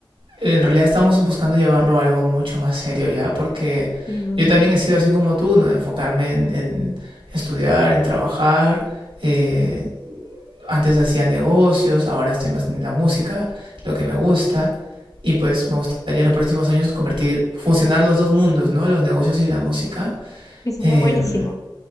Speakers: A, on the right; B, on the left.
A: en realidad estamos buscando llevarlo a algo mucho más serio ya, porque
B: qué bueno.
A: yo también he sido así como tú, ¿no? Enfocarme en, en estudiar, en trabajar. eh, antes hacía negocios, ahora estoy más en la música, lo que me gusta. Y pues me gustaría en los próximos años convertir, fusionar los dos mundos, ¿no? Los negocios y la música.
B: Que sería
A: Em,
B: buenísimo.